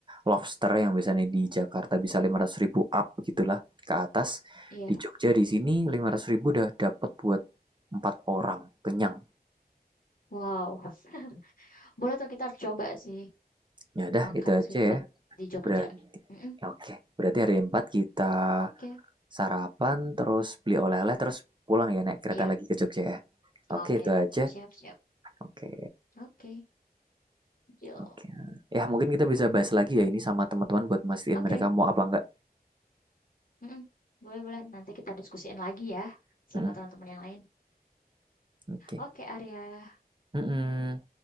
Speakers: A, on the right (about 30°); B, on the left (about 60°).
A: lobster yang biasanya di Jakarta bisa 500 ribu up gitulah ke atas.
B: iya.
A: Di Jogja di sini 500 ribu udah dapat buat empat orang kenyang.
B: Wow, <laughs> boleh tuh kita harus coba sih
A: Ya udah
B: makan
A: itu aja
B: seafood
A: ya.
B: di Jogja.
A: Berarti
B: Mhm,
A: oke. Berarti hari 4 kita
B: oke.
A: sarapan terus beli oleh-oleh terus pulang ya naik kereta
B: Iya,
A: lagi ke Jogja ya. Oke
B: oke.
A: itu aja.
B: Siap siap.
A: Oke.
B: Oke, deal.
A: Oke. Ya mungkin kita bisa bahas lagi ya ini sama teman-teman buat mastiin
B: Oke,
A: mereka mau apa enggak.
B: mhm, boleh boleh, nanti kita diskusiin lagi ya sama
A: Mm,
B: teman-teman yang lain.
A: Oke.
B: Oke, Arya.
A: Mhm,